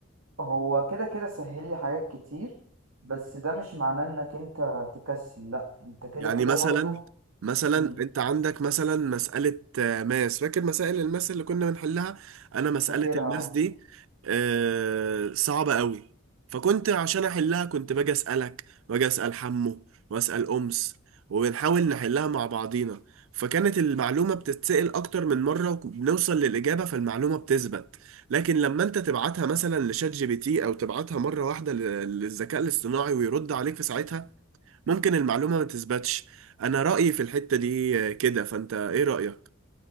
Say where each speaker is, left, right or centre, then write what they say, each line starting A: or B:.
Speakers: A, on the right; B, on the right.
A: هو كده كده سهل لي حاجات كتير بس ده مش معناه انك انت تكسل لا انت كده
B: يعني
A: كده
B: مثلا
A: برضو
B: مثلا
A: امم
B: انت عندك مثلا مسألة آه، ماس فاكر مسائل الماس اللي كنا بنحلها انا مسألة
A: فاكرها
B: الماس
A: أهو.
B: دي آه، صعبة قوي فكنت عشان احلها كنت باجي اسألك واجي اسأل حمو واسأل امس وبنحاول نحلها مع بعضينا فكانت المعلومة بتتسأل أكتر من مرة وبنوصل للإجابة فالمعلومة بتثبت لكن لما أنت تبعتها مثلا لشات جي بي تي أو تبعتها مرة واحدة لل- للذكاء الاصطناعي ويرد عليك في ساعتها ممكن المعلومة ما تثبتش انا رأيي في الحتة دي آه، كده فانت ايه رأيك